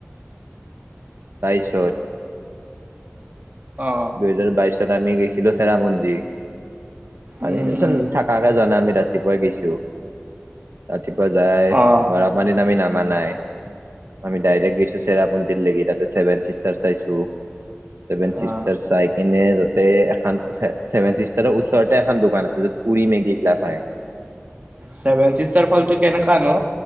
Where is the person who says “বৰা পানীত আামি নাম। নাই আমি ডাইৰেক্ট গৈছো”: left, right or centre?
Right